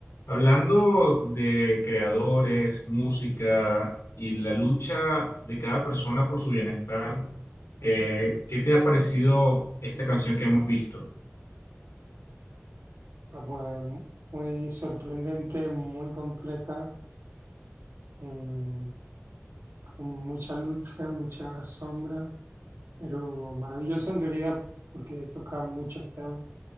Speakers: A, on the left (about 85°); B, on the right (about 85°).
A: Hablando de creadores, música y la lucha de cada persona por su bienestar, eh, ¿qué te ha parecido esta canción que hemos visto?
B: Ah, Pues mu- muy sorprendente, muy compleja, mm, con muchas luces, muchas sombras, <laughs> pero maravillosa en realidad porque toca muchos temas